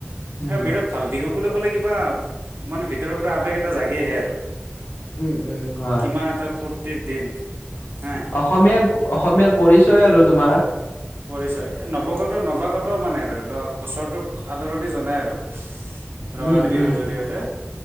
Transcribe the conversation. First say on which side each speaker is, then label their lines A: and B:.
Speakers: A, on the left; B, on the right.
A: উম
B: এ ভিতৰত ভাল বিহু বুলি ক'লে কিবা মানে ভিতৰৰ পৰা আৱেগ এটা জাগি আহে আৰু৷
A: উম উম হয়
B: কিমান এটা ফূৰ্তিৰ দিন হা৷
A: অসমীয়াৰ অসমীয়াৰ পৰিচয় আৰু তোমাৰ
B: পৰিচয় এই নৱগত নৱাগত মানে ধৰি লও বছৰটোক আদৰণি জনাই আৰু৷ ৰঙালী
A: উম
B: বিহুৰ জৰিয়তে